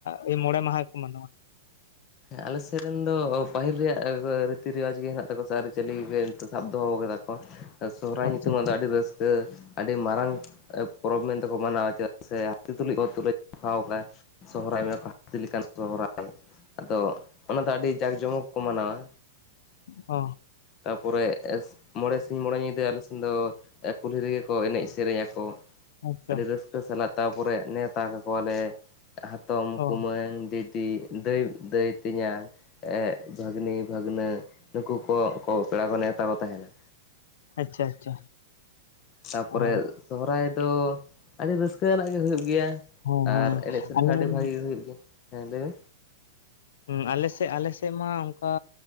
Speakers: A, on the left (about 75°); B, on the left (about 30°).
A: ᱥᱮ ᱢᱚᱬᱮ ᱢᱟᱦᱟ ᱠᱚ ᱢᱟᱱᱟᱣᱟ᱾
B: ᱦᱮᱸ ᱟᱞᱮ ᱥᱮᱫ ᱨᱮᱱ ᱫᱚ ᱯᱟᱹᱦᱤᱞ ᱨᱮᱭᱟᱜ ᱨᱤᱛᱤ ᱨᱮᱣᱟᱡᱽ ᱜᱮ ᱦᱮᱸᱱᱟᱜ ᱛᱟᱠᱚᱣᱟ ᱥᱮ ᱟᱹᱨᱤᱪᱟᱹᱞᱤ ᱜᱮ ᱥᱟᱵ ᱫᱚᱦᱚ ᱠᱟᱫᱟ᱾ ᱥᱚᱦᱨᱟᱭ
A: ᱟᱪᱪᱷᱟ
B: ᱧᱩᱛᱩᱢᱟᱜ ᱫᱚ ᱟᱹᱰᱤ ᱨᱟᱹᱥᱠᱟᱹ ᱟᱹᱰᱤ ᱢᱟᱨᱟᱝ ᱯᱚᱨᱚᱵᱽ ᱢᱮᱱᱛᱮᱠᱚ ᱢᱟᱱᱟᱣᱟ ᱪᱮᱫ ᱥᱮ ᱦᱟᱹᱛᱤ ᱛᱩᱞᱩᱡ ᱠᱚ ᱛᱩᱞᱟᱹ ᱡᱚᱠᱷᱟ ᱠᱟᱜᱼᱟ ᱥᱚᱨᱦᱟᱭ ᱠᱚ ᱦᱟᱹᱛᱤ ᱞᱮᱠᱟᱱ ᱥᱚᱦᱨᱟᱭ᱾ ᱟᱫᱚ ᱚᱱᱟ ᱫᱚ ᱟᱹᱰᱤ ᱡᱟᱠ ᱡᱚᱢᱚᱠ ᱠᱚ ᱢᱟᱱᱟᱣᱟ
A: ᱚ᱾
B: ᱛᱟᱯᱚᱨᱮ ᱢᱚᱬᱮ ᱥᱤᱧ ᱢᱚᱬᱮ ᱧᱤᱫᱟᱹ ᱟᱞᱮ ᱥᱮᱱ ᱫᱚ ᱠᱩᱞᱦᱤ ᱨᱮᱜᱮ ᱠᱚ ᱮᱱᱮᱡ ᱥᱮᱨᱮᱧ ᱟᱠᱚ᱾
A: ᱟᱪᱪᱷᱟ
B: ᱟᱹᱰᱤ ᱨᱟᱹᱥᱠᱟᱹ ᱥᱟᱞᱟᱜ ᱛᱟᱯᱚᱨᱮ ᱱᱮᱣᱛᱟ ᱠᱟᱠᱚᱣᱟᱞᱮ, ᱦᱟᱛᱚᱢ
A: ᱚ
B: ᱠᱩᱢᱟᱹᱝ ᱫᱤᱫᱤ ᱫᱟᱹᱭ, ᱫᱟᱹᱭ ᱛᱮᱧᱟᱝ ᱵᱷᱟᱹᱜᱽᱱᱤ ᱵᱷᱟᱹᱜᱽᱱᱟᱹ ᱱᱩᱠᱩ ᱠᱚ ᱠᱚ ᱯᱮᱲᱟ ᱠᱚ ᱱᱮᱶᱛᱟ ᱠᱚ ᱛᱟᱦᱮᱱᱟ᱾
A: ᱟᱪᱪᱷᱟ ᱟᱪᱪᱷᱟ
B: ᱛᱟᱯᱚᱨᱮ
A: ᱟᱨ
B: ᱥᱚᱦᱨᱟᱭ ᱫᱚ ᱟᱹᱰᱤ ᱨᱟᱹᱥᱠᱟᱹ ᱟᱱᱟᱜ ᱜᱮ ᱦᱩᱭᱩᱜ ᱜᱮᱭᱟ,
A: ᱦᱮᱸ ᱦᱮᱸ
B: ᱟᱨ ᱮᱱᱮᱡ ᱥᱮᱨᱮᱧ
A: ᱟᱞᱮ
B: ᱦᱚᱸ ᱟᱹᱰᱤ
A: ᱦᱮᱸ
B: ᱵᱷᱟᱜᱤ ᱜᱮ ᱦᱩᱭᱩᱜ ᱜᱮᱭᱟ ᱦᱮᱸ ᱞᱟᱹᱭ ᱢᱮ,
A: ᱦᱸ ᱟᱞᱮᱥᱮᱜ ᱟᱞᱮᱥᱮᱜ ᱢᱟ ᱚᱱᱠᱟ